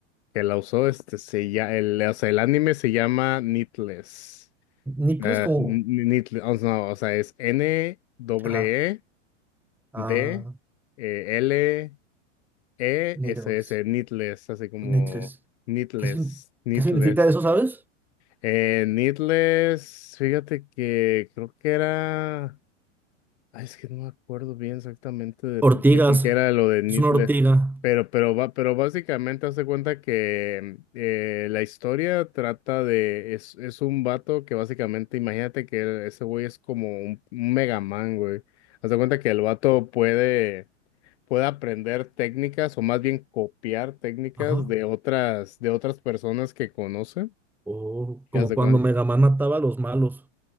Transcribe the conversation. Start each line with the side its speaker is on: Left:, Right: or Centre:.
Left: que la usó, este, se ya, el, o sea, el anime se llama Needless.
Centre: Nipples
Left: Eh,
Centre: como,
Left: Needless, o sea, no, o sea, es N W
Centre: ajá,
Left: E
Centre: ah,
Left: D eh, L E
Centre: needles,
Left: S S, Needless, así como
Centre: nipples.
Left: Needless,
Centre: ¿Qué, sin-
Left: Needless.
Centre: qué significa eso, sabes?
Left: Eh, Needless, fíjate que creo que era. Ay, es que no me acuerdo bien exactamente de
Centre: Ortigas,
Left: por qué, porque era lo de Nitler.
Centre: es una ortiga.
Left: Pero, pero va, pero básicamente hace cuenta que eh, la historia trata de, es, es un vato que básicamente, imagínate que ese güey es como un, un Mega Man, güey. Haz de cuenta que el vato puede, puede aprender técnicas, o más bien copiar técnicas
Centre: Ajá.
Left: de otras, de otras personas que conoce.
Centre: O como
Left: Y haz de
Centre: cuando
Left: cuen-
Centre: Mega Man mataba a los malos.